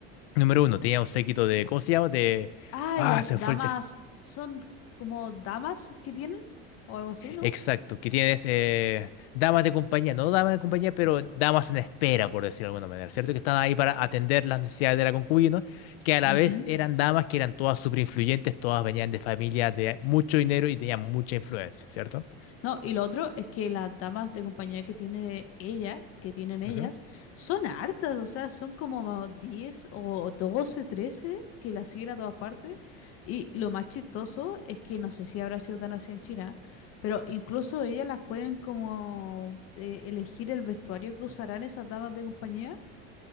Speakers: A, on the left (about 80°); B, on the left (about 50°).
A: número uno, tenían un séquito de, ¿cómo se llama? De,
B: Ah,
A: ah,
B: y las
A: se me
B: damas
A: fue el término.
B: son como damas que tienen o algo así, ¿no?
A: Exacto, que tienes eh, damas de compañía, no damas de compañía, pero damas en espera, por decirlo de alguna manera, ¿cierto? Que estaban ahí para atender las necesidades de la concubina, que a la
B: Ujú.
A: vez eran damas que eran todas súper influyentes, todas venían de familias de mucho dinero y tenían mucha influencia, ¿cierto?
B: No, y lo otro es que las damas de compañía que tiene ella, que tienen ellas,
A: Ujú.
B: son hartas, o sea, son como ma- 10 o 12, 13, que las siguen a todas partes. Y lo más chistoso es que no sé si habrá sido tan así en China, pero incluso ellas las pueden como eh, elegir el vestuario que usarán esas damas de compañía